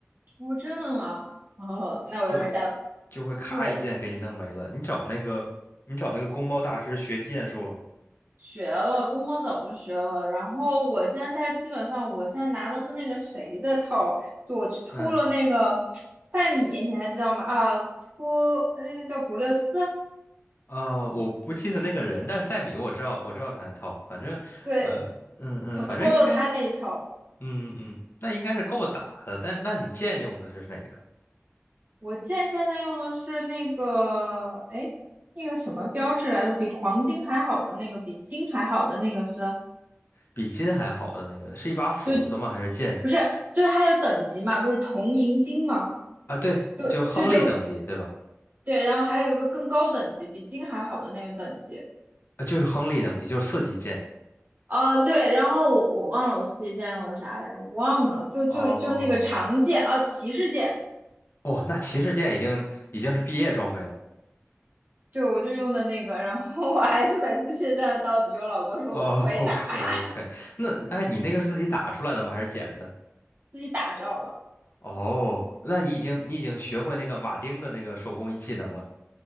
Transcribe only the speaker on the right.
我真的吗？哦，那我有点吓到。
对
学了，公猫早就学了。然后我现在基本上，我现在拿的是那个谁的套，就我去偷了那个
<tsk> 赛米，你还知道吗？啊，托那个叫古勒斯，
对，
我偷了他那一套。
我剑现在用的是那个，哎，那个什么标志来着？比黄金还好的那个，比金还好的那个是，
就
不是，就是还有等级嘛，不是铜银金吗？
就对对
对，然后还有一个更高等级，比金还好的那个等级。
嗯，对，然后我我忘了我四级剑用的啥来着，我忘了，就就就那个长剑啊，
骑士剑，
对，我就用的那个，然后我还是每次血战到底，我老公说我不会打，
<laughs>
自己打造的。